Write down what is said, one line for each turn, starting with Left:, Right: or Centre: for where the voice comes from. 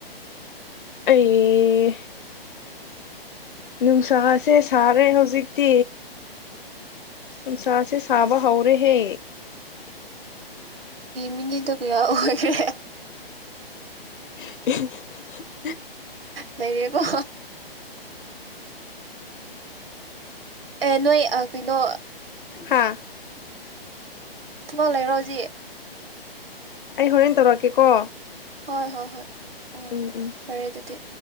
Left: ꯑꯩ ꯅꯨꯡꯁꯥꯁꯦ ꯁꯥꯔꯦ ꯍꯧꯖꯤꯛꯇꯤ ꯅꯨꯡꯁꯥꯁꯦ ꯁꯥꯕ ꯍꯧꯔꯦꯍꯦ
Right: ꯃꯤꯅꯦꯗꯣ ꯀꯌꯥ ꯑꯣꯏꯔꯦ
Left: <inaudible>
Right: ꯂꯩꯔꯦꯀꯣ ꯑꯦ ꯅꯣꯏ ꯀꯩꯅꯣ
Left: ꯍꯥꯥ
Right: ꯊꯕꯛ ꯂꯩꯕꯔꯣꯖꯤ
Left: ꯑꯩ ꯍꯣꯔꯦꯟ ꯇꯧꯔꯛꯀꯦꯀꯣ
Right: ꯍꯣꯏ ꯍꯣꯏ ꯍꯣꯏ ꯑꯣ
Left: ꯎꯝ ꯎꯝ
Right: ꯐꯔꯦ ꯑꯗꯨꯗꯤ